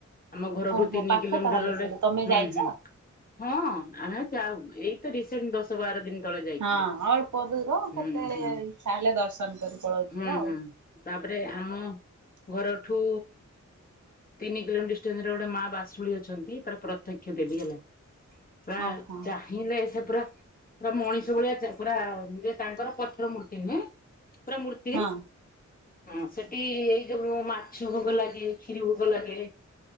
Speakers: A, on the left; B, on the right.
A: ଆମ ଘରଠୁ
B: ଓହୋ
A: ତିନି
B: ପାଖ
A: କିଲୋମିଟର
B: ତାହେଲେ
A: ଗୋଟେ
B: ସେଇଠୁ ତମେ
A: ହୁଁ
B: ଯାଇଛ?
A: ହୁଁ। ହଁ ଆମେ ଆଉ ଯାଉ ଏଇ ତ ରିସେଣ୍ଟ ଦଶ ବାର ଦିନ ତଳେ ଯାଇଥିଲୁ
B: ହଁ ଅଳ୍ପ ଦୂର କେତେବେଳେ
A: ହୁଁ ହୁଁ।
B: ଇଚ୍ଛା ହେଲେ ଦର୍ଶନ କରି ପଳଉଥିବ
A: ହୁଁ
B: ଆଉ।
A: ହୁଁ ତାପରେ ଆମ ଘରଠୁ ତିନି କିଲୋମିଟର ଡିଷ୍ଟାନ୍ସରେ ଗୋଟେ ମା ବାସୁଳି ଅଛନ୍ତି ତାର ପ୍ରତ୍ୟକ୍ଷ ଦେବି ହେଲା। ପୁରା
B: ଓହୋ
A: ଚାହିଁଲେ ସେ ପୁରା ପୁରା ମଣିଷ ଭଳିଆ ଚା ପୁରା ଯେ ତାଙ୍କର ପଥର ମୂର୍ତ୍ତି ନୁହେଁ। ପୁରା ମୂର୍ତ୍ତି
B: ହଁ
A: ହଁ ସେଠି ଏଇ ଯୋଉ ମାଛ ଭୋଗ ଲାଗେ କ୍ଷୀରୀ ଭୋ ଭୋଗ ଲାଗେ।